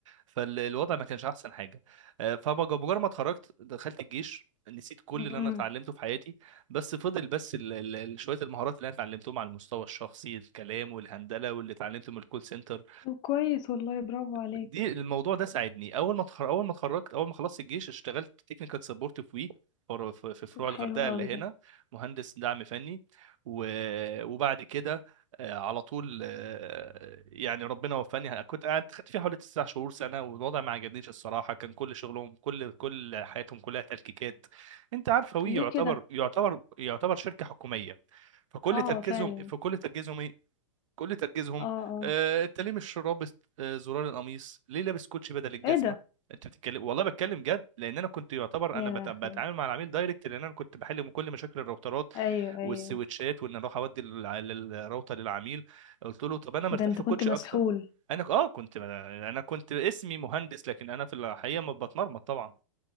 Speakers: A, on the right; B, on the left.
A: فالوضع ما كانش احسن حاجه آه، فمجرد ما اتخرجت دخلت الجيش نسيت كل
B: امم
A: اللي انا اتعلمته في حياتي بس فضل بس ال- ال- ال- شويه المهارات اللي انا اتعلمتهم على المستوى الشخصي الكلام والهندله واللي اتعلمته من الكول سنتر
B: طب كويس والله برافو عليك
A: دي الموضوع ده ساعدني اول ما اتخر- اول ما اتخرجت اول ما خلصت الجيش اشتغلت تكنيكال سبورت في وي فر- في في فروع الغردقه
B: حلو قوي
A: اللي
B: ده
A: هنا مهندس دعم فني و- وبعد كده آه، على طول آه، يعني ربنا وفاني كنت قاعد خدت فيها حوالي تسع شهور سنه والوضع ما عجبنيش الصراحه كان كل شغلهم كل كل حياتهم كلها تلكيكات انت عارفه وي
B: ليه
A: يعتبر
B: كده
A: يعتبر يعتبر شركه حكوميه فكل
B: اه
A: تركيزهم
B: فعلا
A: فكل تركيزهم كل تركيزهم
B: اه اه
A: آه، انت ليه مش رابط آه، زرار القميص ليه لابس كوتشي بدل الجزمه
B: ايه ده
A: انت بتتكلم والله بتكلم جد لان انا كنت يعتبر
B: يا
A: انا بت- بتعامل
B: لهوي
A: مع العميل دايركت لان انا كنت بحل كل مشاكل الراوترات
B: ايوه ايوه
A: والسويتشات وان اروح اودي الع- الراوتر للعميل قلت له طب انا مرتاح
B: ده انت
A: في
B: كنت
A: كوتشي
B: مسحول
A: اكتر انا ك- اه كنت انا كنت اسمي مهندس لكن انا في الحقيقه ما بتمرمط طبعا